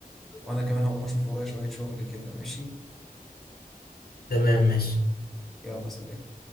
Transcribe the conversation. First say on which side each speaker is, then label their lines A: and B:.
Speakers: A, in the centre; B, on the left.
A: وأنا كمان هقوم أشوف ورايا شوية شغل كده ماشي
B: <laughs> تمام ماشي
A: يلا سلام